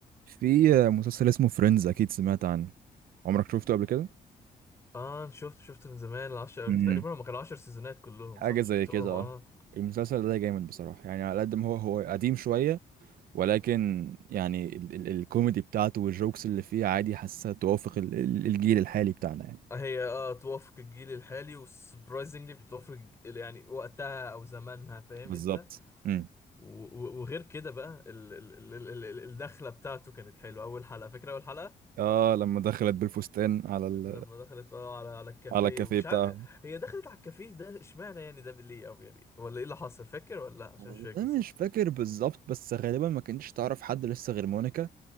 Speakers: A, on the right; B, on the left.
A: في مسلسل اسمه فريندز اكيد سمعت عنه عمرك شفته قبل كده
B: اه شفت شفت من زمان العشر
A: امم
B: تقريبا هم كانوا عشر سيزونات كلهم
A: حاجه
B: صح
A: زي
B: شفتهم
A: كده اه
B: اه
A: المسلسل ده جامد بصراحه يعني على قد ما هو هو قديم شويه ولكن يعني ال ال الكوميدي بتاعته والجوكس اللي فيه عادي حاسه توافق ال ال الجيل الحالي بتاعنا يعني
B: آه، هي اه توافق الجيل الحالي وسبرايزنجلي بتوافق ال- يعني وقتها او زمانها فاهم
A: بالظبط
B: انت
A: امم
B: و- و- وغير كده بقى ال ال ال ال ال- الدخله بتاعته كانت حلوه اول حلقه فاكره اول حلقه
A: اه لما دخلت بالفستان على ال
B: لما دخلت اه على على الكافيه
A: على الكافيه
B: ومش
A: بتاعه
B: عارف هي دخلت على الكافيه ده اشمعنى يعني ده ليه او يعني ولا ايه اللي حصل فاكر ولا لا عشان
A: والله
B: مش فاكر
A: مش فاكر بالظبط بس غالبا ما كنتش تعرف حد لسه غير مونيكا